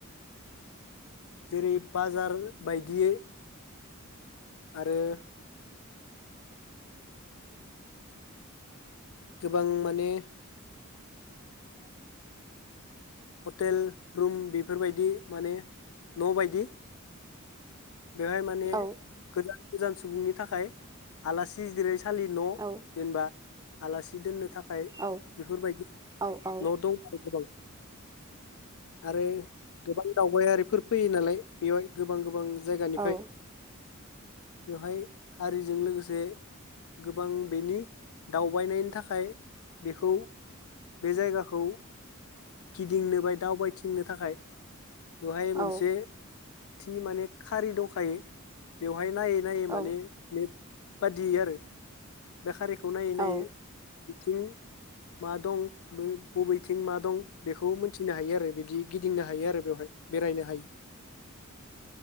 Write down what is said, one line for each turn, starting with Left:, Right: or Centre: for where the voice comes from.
Left: जेरै बाजार बायदियै आरो गोबां माने
Right: <unintelligible>
Left: टेल रुम बेफोरबायदि माने न' बायदि बेहाय माने
Right: औ
Left: गोदान <unintelligible> सुबुंनि थाखाय आलासि जिराय थालि न'
Right: औ
Left: जेनबा आलासि दोननो। थाखाय
Right: औ
Left: बेफोरबायदि
Right: औ औ
Left: न' दं। गोबां आरो गोबां दं। गयारिफोर फैयो नालाय बेवहाय गोबां गोबां जायगानिफाय
Right: औ
Left: बेवहाय हारिजों लोगोसे गोबां बेनि दावबायनायनि थाखाय बेखौ बे जायगाखौ गिदिंनो बाय दावबायथिंनो थाखाय बेवहाय मोनसे
Right: औ
Left: थि माने खारि दंखायो बेव नायै नायै
Right: औ
Left: माने मेप बादि आरो बे खारिखौ नायै नायै
Right: औ
Left: बिथि मा दं मै बबेथिं मा दं बेखौ मोनथिनो हायो आरो बिदि गिदिंनो हायो आरो बेवहाय बेरायनो हायो।